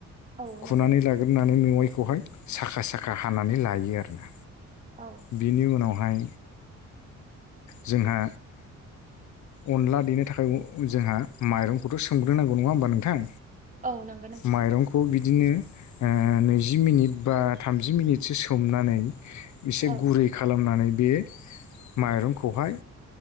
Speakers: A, on the right; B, on the left.
A: औ
B: खुनानै
A: नंगौ
B: लाग्रोनानै मेवाइखौहाय साखा साखा हानानै लायो आरोना।
A: औ
B: बिनि उनावहाय जोंहा अनला देनो थाखाय जोंहा माइरंखौथ' सोमग्रोनांगौ नङा होमबा नोंथां।
A: औ नोंगौ नों
B: माइरंखौ बिदिनो नैजि मिनिट बा थामजि मिनिटसो सोमनानै एसे
A: औ
B: गुरै खालामनानै बे माइरंखौहाय।